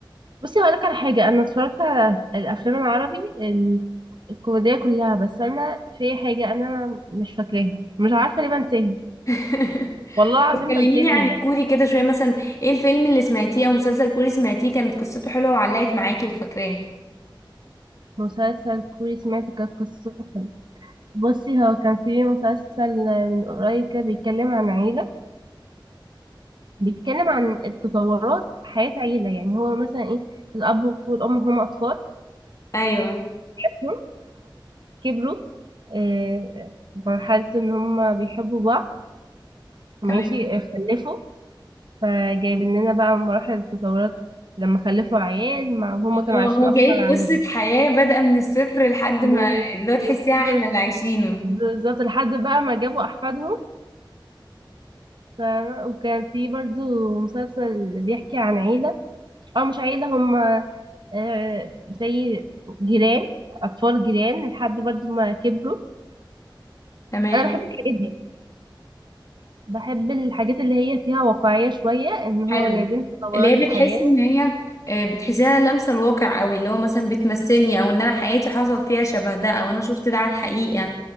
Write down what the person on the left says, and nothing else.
<laughs>
كلميني
عن
الكوري كده شويه مثلا ايه الفيلم اللي سمعتيه او مسلسل كوري سمعتيه كانت قصته حلوه وعلقت معاكي وفاكراه
ايوه
تمام
هو
هو
جايب
قصه حياه بادئه من الصفر لحد
ما اللي هو تحسيها
احنا اللي عايشينه
تمام
حلو
اللي هي
بتحس ان هي آه، بتحسها لامسه الواقع قوي اللي هو مثلا بتمثلني او ان انا حياتي حصل فيها شبه ده او انا شفت ده على الحقيقه